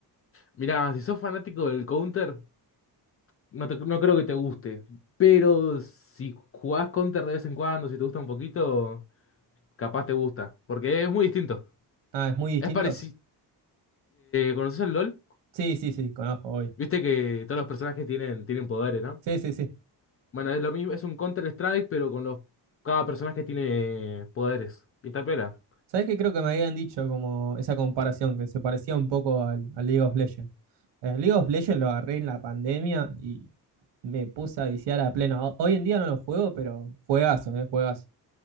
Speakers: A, on the left; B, on the right.
A: Mirá, si sos fanático del Counter, no, te- no creo que te guste. Pero si jugás Counter de vez en cuando, si te gusta un poquito, capaz te gusta. Porque es muy distinto.
B: Ah, es muy distinto.
A: Es parecido. ¿conoces el LOL?
B: Sí, sí, sí, conozco hoy.
A: Viste que todos los personajes tienen, tienen poderes, ¿no?
B: Sí, sí, sí.
A: Bueno, es lo mismo, es un Counter Strike, pero con los. Cada personaje tiene poderes. ¿Y esta pela?
B: ¿Sabés que creo que me habían dicho como esa comparación, que se parecía un poco al, al League of Legends? El League of Legends lo agarré en la pandemia y me puse a viciar a pleno. Ho- Hoy en día no lo juego, pero juegazo, eh, juegazo.